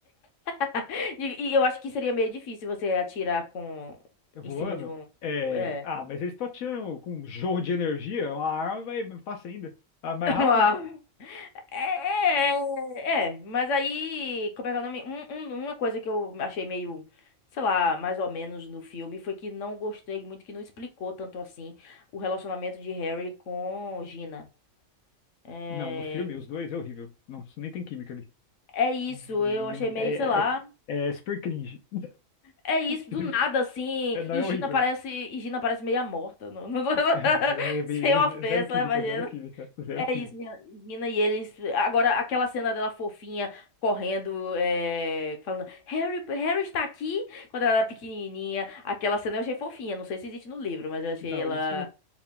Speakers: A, on the left; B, on the left.
A: <laughs> E, e eu acho que seria meio difícil você atirar com.
B: <laughs> voando.
A: Em cima de um.
B: É...
A: É.
B: Ah, mas eles estão atirando com um jorro de energia, uma arma vai mais fácil ainda. Ah, mais
A: <laughs>
B: rápido?
A: Uma arma. É, é, é, é, mas aí. Como é que é o nome? Um- um- uma coisa que eu achei meio. Sei lá, mais ou menos no filme, foi que não gostei muito, que não explicou tanto assim o relacionamento de Harry com Gina. É,
B: Não, no filme, os dois é horrível. Não, isso nem tem química ali.
A: é isso,
B: Nem-
A: eu achei meio,
B: É,
A: sei lá.
B: é, é super cringe.
A: É isso,
B: <laughs>
A: do nada, assim,
B: É, não
A: e
B: é
A: Gina
B: horrível.
A: parece, e Gina parece meia morta. no- no-
B: <laughs>
A: <laughs>
B: É, não, é bem-
A: Sem
B: eles-
A: ofensa,
B: zero química,
A: imagina.
B: zero química, zero
A: É
B: química.
A: isso, minha- Gina e eles. Agora, aquela cena dela fofinha, correndo, é, falando, Harry, Harry está aqui, quando ela era pequenininha. Aquela cena eu achei fofinha, não sei se existe no livro, mas eu achei
B: Não,
A: ela
B: isso,